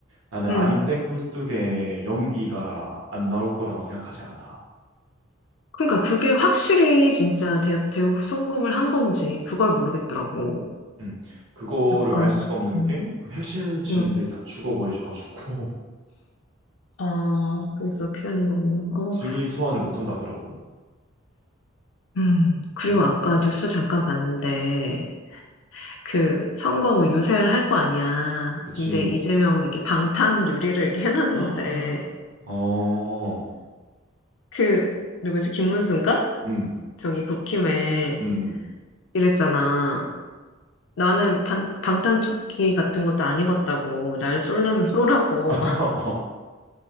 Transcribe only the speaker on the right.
나는
아니 땡 굴뚝에 연기가 안 나올 거라고 생각하지 않아.
음.
그거를 알 수가 없는
게 그 핵심 증인들이
다 죽어버리셔가지고
<laughs>
증인 소환을 못 한다더라고.
음,
그치.
<gasps> 어,
음,
음, 음.
<laughs>